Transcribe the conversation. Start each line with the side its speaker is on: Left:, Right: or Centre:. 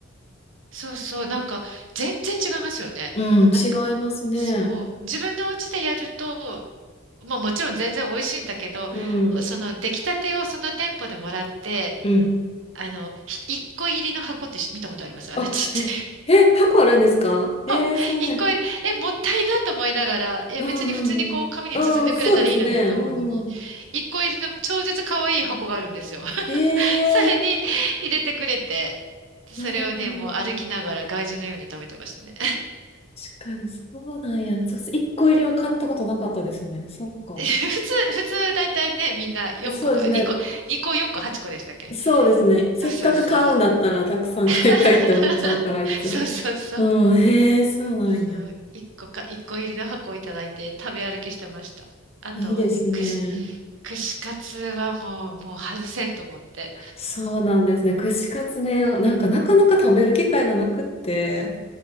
Right: そうそう。なんか、全然違いますよね。
Left: うん、
Right: なんか、
Left: 違いますね。
Right: そう。自分のお家でやると、まあもちろん全然美味しいんだけど、
Left: うん、
Right: ほその出来たてをその店舗でもらって、
Left: うん。
Right: あの、ひ一個入りの箱ってし見たことありますあのちっちゃい
Left: あ、え、え、箱あるんですかえー、
Right: <laughs>
Left: そうね
Right: 一個入り、え、もったいなと思いながら、いや別に普通にこう紙に包んでくれたらいいのにと思うのに、
Left: うんうんうん。ああ、そうですね。うんうん。
Right: 一個入りの超絶可愛い箱があるんですよ。<laughs>
Left: へ
Right: それに入れてくれて、
Left: え、
Right: でそれをね、
Left: なるほど。
Right: もう歩きながら外人のように食べてましたね。
Left: 確かに、そうなんや。そう、一個入りは買ったことなかったですね。そっか。
Right: <laughs> 普通、普通大体ね、みんな4個と、
Left: そうですね。
Right: 2個、2個4個8個でしたっけ
Left: そうですね。せっかく買うんだったら、
Right: あそうそう。
Left: たくさん買いたいって思っちゃうから、
Right: <laughs>
Left: いつも。
Right: そうそうそう。
Left: うん、へえ、そうなんや。
Right: そう、1個か、1個入りの箱をいただいて食べ歩きしてました。あとはね、
Left: いいですね。
Right: 串、串カツはもう、もう外せんと思って。
Left: そうなんですね。串カツね、なんかなかなか食べる機会がなくって、なん